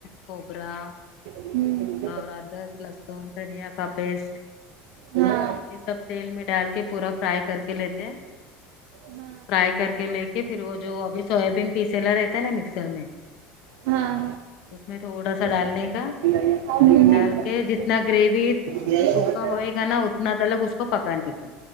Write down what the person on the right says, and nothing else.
ہوں
ہاں
ہاں
ہاں
ہاں
ہاں
اچھا